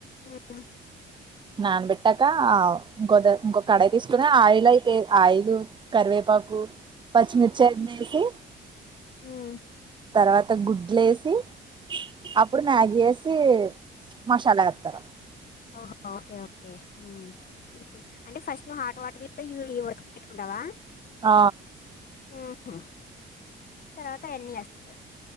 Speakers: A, on the left; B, on the right.
A: మ్మ్మ్
B: నాన్ పెట్టాక ఇంకొద ఇంకొ కడాయి తీసుకున ఆయిల్ అయితే ఆయిదు కరివే పాకు పచ్చిమిర్చి అన్ని ఎసి
A: ఉమ్
B: తర్వాత గుడ్లు ఎసి అప్పుడు మ్యాగి ఎసి మసాలా ఎత్తరు
A: ఆహ ఓకే ఓకే హ్మ్ అంటే ఫస్ట్ ను హాట్ వాటర్ అంటే యూ ఏ వద్ పెట్టుకుంటవా
B: ఆ
A: ఉమ్ తర్వాత అయన్నీ ఎస్తావ్